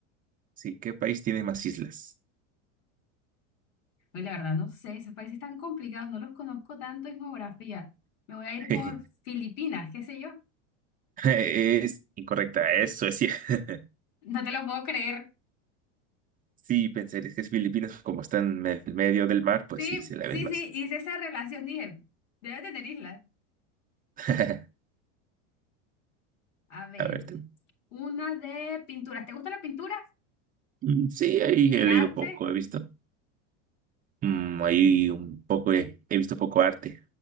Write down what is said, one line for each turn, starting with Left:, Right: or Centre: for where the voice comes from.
Right: Sí, ¿qué país tiene más islas?
Left: Pues la verdad, no sé, esos países tan complicados, no los conozco tanto en geografía. Me voy a ir por
Right: <laughs>
Left: Filipinas, qué sé yo.
Right: Es incorrecta, es Suecia. <laughs>
Left: No te lo puedo creer.
Right: Sí, pensé, es que es Filipinas, como están en el medio del mar, pues
Left: Sí,
Right: sí, se la
Left: sí,
Right: ven más.
Left: sí, hice esa relación, dije, debes de tenerla.
Right: <laughs>
Left: A ver,
Right: A ver, tú.
Left: una de pinturas. ¿Te gusta la pintura?
Right: Mm, sí, ahí
Left: ¿El
Right: he leído
Left: arte?
Right: poco, he visto. Mm, ahí un poco, he, he visto poco arte.